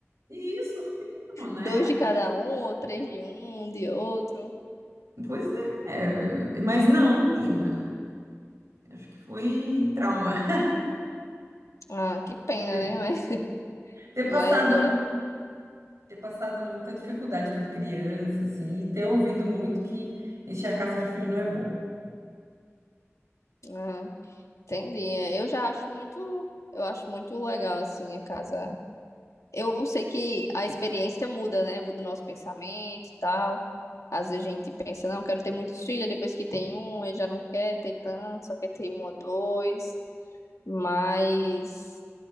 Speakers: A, on the right; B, on the left.
A: E isso, mínimo, né?
B: Dois de cada um, ou três de um, um de outro.
A: Pois é, mas não, menina. Acho que foi trauma.
B: Ah, que pena,
A: <laughs>
B: né? <laughs> Mas,
A: Ter
B: mas
A: passado,
B: eu
A: ter passado muita dificuldade quando criança, assim, e ter ouvido muito que encher a casa de filho não é bom.
B: Ah, entendi. É, Eu já acho muito, eu acho muito legal assim a casa. Eu sei que a experiência muda, né? Muda o nosso pensamento e tal. Às vezes a gente pensa, não, quero ter muitos filhos, depois que tem um, aí já não quer ter tanto, só quer ter um ou dois. Mas